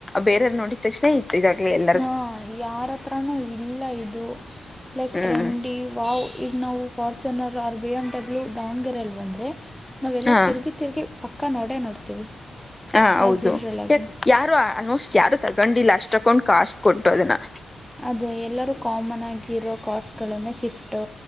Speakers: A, on the left (about 20°); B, in the centre.
A: ಬೇರೆಯವರು ನೋಡಿದ ತಕ್ಷಣ ಈಗಾಗ್ಲಿ ಎಲ್ಲ
B: ಹಾ ಯಾರ ಹತ್ರನೂ ಇಲ್ಲ ಇದು ಇಲೆಕ್ಟ್ರಂಡಿ
A: ಹ್ಮ್
B: ವಾವ್ ಈಗ ನಾವು Fortuner or B M W ದಾವಣಗೆರೆೆಯಲ್ಲಿ ಬಂದ್ರೆ ನಾವ್ಲ್ಲ
A: ಹಾ
B: ತಿರುಗಿ ತಿರುಗಿ ಪಕ್ಕ ನೋಡೇ ನೋಡ್ತೀವಿ
A: ಹಾ
B: ಹ
A: ಹೌದು
B: ಜೀಡ್ರಲ್ಲಾಗಿ
A: ಯಾಕ್ ಯಾರು ಆಲ್ಮೋಸ್ಟ್ ಯಾರು ತಗೊಂಡಿಲ್ಲ ಅಷ್ಟು ತಕ್ಕೊಂಡು ಕಾಸ್ಟ್ ಕೊಟ್ಟು ಅದನ್ನು
B: ಅದೇ ಎಲ್ಲರೂ ಕಾಮನ್ ಆಗಿ ಇರೋ ಕಾರ್ಸ್ಗಳನ್ನೇ ಶಿಫ್ಟು